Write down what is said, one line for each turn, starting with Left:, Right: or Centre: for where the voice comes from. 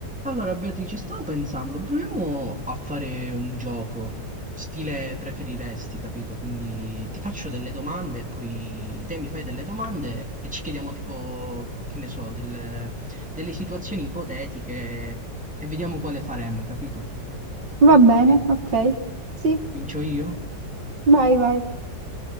Centre: Allora, Beatrice, stavo pensando, proviamo a fare un gioco, stile preferiresti, capito? Quindi ti faccio delle domande, poi te mi fai delle domande e ci chiediamo tipo, che ne so, del- delle situazioni ipotetiche e vediamo quale faremmo, capito?
Right: Va
Centre: Quale
Right: bene,
Centre: preferire?
Right: ok. Sì,
Centre: Comincio io?
Right: vai, vai.